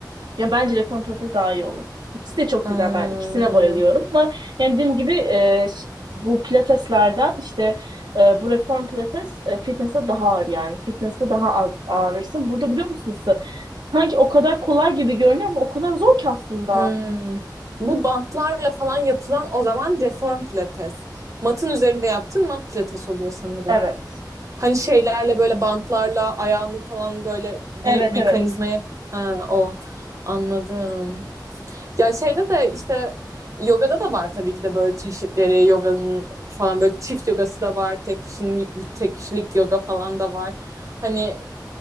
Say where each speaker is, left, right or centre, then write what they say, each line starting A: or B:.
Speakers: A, on the right (about 75°); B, on the right (about 45°).
A: Ya bence reform pilates daha iyi olur. İkisi de çok
B: Ha.
A: güzel. Ben ikisine bayılıyorum ama yani dediğim gibi e, ş- bu pilateslerden işte e, bu reform pilates e, fitness'e daha ağır yani. Fitness'te daha az ağrırsın. Burada biliyor musunuz? Sanki o kadar kolay gibi görünüyor ama o kadar zor ki aslında.
B: Hmm. Bu bantlarla falan yapılan o zaman reform pilates. Matın üzerinde yaptığın mat pilates oluyor sanırım.
A: Evet.
B: Hani şeylerle böyle bantlarla ayağını falan böyle bir
A: Evet
B: mekanizmaya
A: evet.
B: ha, o anladım. Ya şeyde de işte yogada da var tabii ki de böyle çeşitleri yoganın falan böyle çift yogası da var. Tek kişinin tek kişilik yoga falan da var. Hani